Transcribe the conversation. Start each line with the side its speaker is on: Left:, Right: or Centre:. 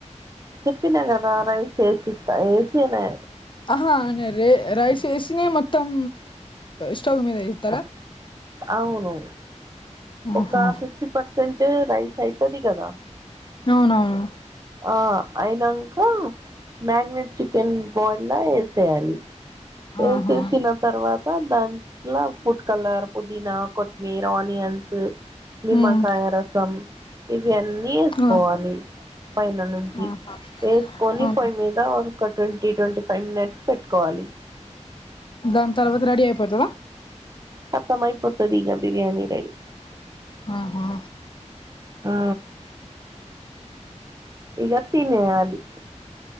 Right: చెప్పినా కదా రైస్ వేసిస్త వేసి అనే
Left: అహ అనే రే రైస్ ఏసినే మోత్తం స్టవ్ మీద ఇతార
Right: అవును
Left: ఆహా
Right: ఒక ఫిఫ్టీ పర్సెంట్ రైస్ సైతది కదా
Left: అవునవును
Right: ఆ అయినంక మ్యాగనేట్ చికెన్ బోయినా ఏసేయాలి వేసేసిన
Left: ఆహా
Right: తర్వాత దాంట్లో పుట్ కలర్ పుదీనా కొత్తిమీర ఆనియన్ నిమ్మకాయ
Left: హ్మ్
Right: రసం ఇవన్నీ వేసుకోవాలి
Left: ఆ
Right: పైన నుంచి
Left: ఆహా
Right: వేసుకొని
Left: ఆ
Right: పొయి మీద ఒక ట్వంటీ ట్వంటీ ఫైవ్ మినిట్స్ పెట్టుకోవాలి
Left: దాని తర్వాత రెడీ అయిపోతదా
Right: కతమయిపోతది ఇగ బిర్యానీ రెడి
Left: ఆహా
Right: ఆ ఇగ తినేయాలి